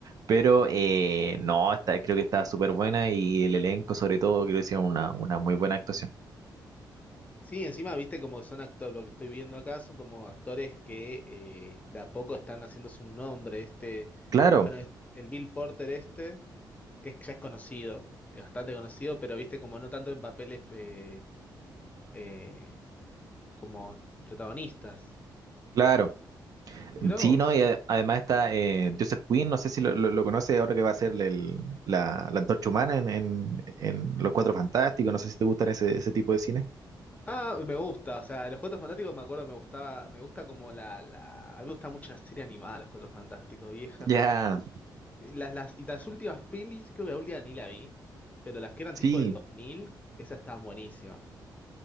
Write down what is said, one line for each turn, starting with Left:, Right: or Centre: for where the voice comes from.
Right: pero eh, no, está, creo que está súper buena y el elenco sobre todo creo que hicieron una, una muy buena actuación.
Left: Sí, encima, viste como son actores, lo que estoy viendo acá son como actores que eh, de a poco están haciéndose un nombre. Este,
Right: Claro,
Left: bueno, es- el Bill Porter este, que es, ya es conocido, es bastante conocido, pero viste como no tanto en papeles eh, eh, como protagonistas.
Right: claro.
Left: Mirá
Right: Sí,
Left: vos.
Right: ¿no? Y ade- además está eh, Joseph Quinn, no sé si lo, lo, lo conoce ahora que va a ser el- la, la antorcha humana en, en- en Los Cuatro Fantásticos, no sé si te gustan ese, ese tipo de cine.
Left: Ah, me gusta, o sea, Los Cuatro Fantásticos me acuerdo, me gustaba, me gusta como la, la, a mí me gusta mucho la serie animada, Los Cuatro Fantásticos, vieja.
Right: Ya,
Left: Las, las, y las últimas pelis, creo que la última ni la vi, pero las que eran
Right: sí,
Left: tipo del 2000, esas estaban buenísimas.